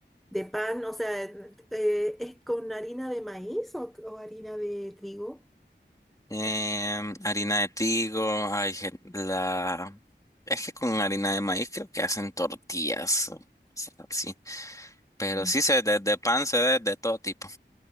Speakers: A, in the centre; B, on the left.
A: ¿De pan, o sea, eh, es con harina de maíz o, o harina de trigo?
B: Em, harina de trigo, hay gen- la... Es que con harina de maíz creo que hacen tortillas o cosas así. Pero
A: Mm.
B: sí, se, de, de pan se ve de todo tipo.